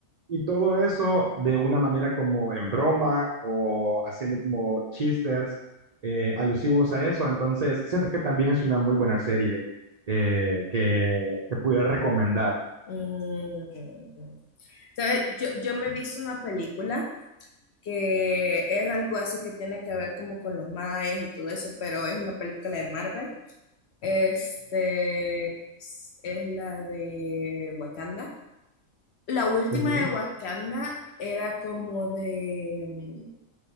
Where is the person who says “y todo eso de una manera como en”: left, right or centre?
Right